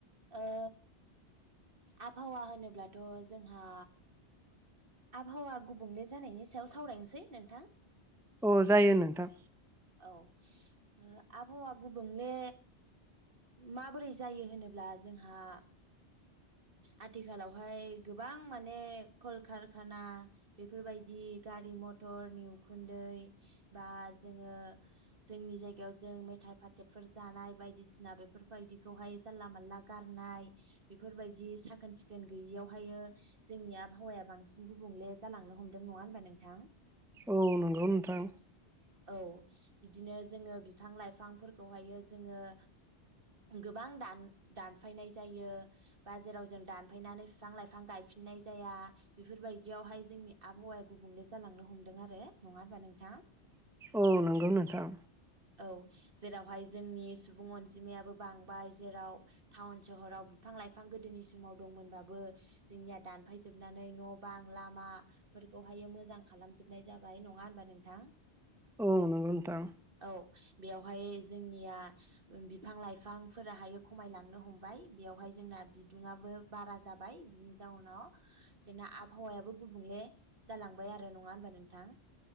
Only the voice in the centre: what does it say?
अ जायो नोंथां
औ नोंगौ नोंथां
औ नंगौ नोंथां
औ नंगौ नोंथां।